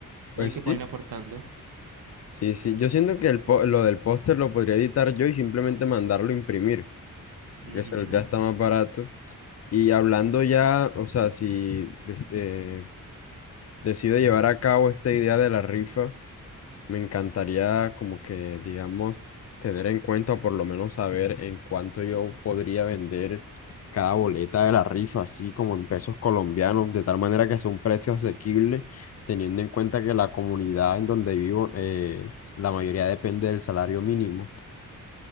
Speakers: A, on the right; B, on the left.
A: Y
B: Pues
A: hay que
B: sí,
A: poder ir aportando.
B: sí, sí. Yo siento que el po- lo del póster lo podría editar yo y simplemente mandarlo a imprimir, porque
A: Ujú.
B: saldría hasta más barato. Y hablando ya, o sea, si des- eh, decido llevar a cabo esta idea de la rifa, Me encantaría como que, digamos, tener en cuenta o por lo menos saber en cuánto yo podría vender cada boleta de la rifa, así como en pesos colombianos, de tal manera que sea un precio asequible, teniendo en cuenta que la comunidad en donde vivo, eh, la mayoría depende del salario mínimo.